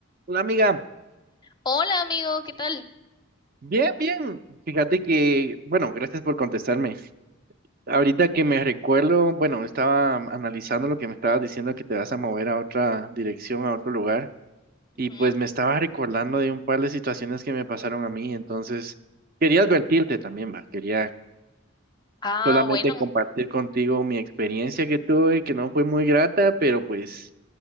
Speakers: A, on the right; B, on the left.
A: Hola amiga,
B: Hola amigo, ¿qué tal?
A: bien, bien. Fíjate que, bueno, gracias por contestarme. Ahorita que me recuerdo, bueno, estaba analizando lo que me estabas diciendo que te vas a mover a otra dirección, a otro lugar, y
B: Ujú.
A: pues me estaba recordando de un par de situaciones que me pasaron a mí, entonces quería advertirte también, va. Quería
B: Ah,
A: solamente
B: bueno.
A: compartir contigo mi experiencia que tuve, que no fue muy grata, pero pues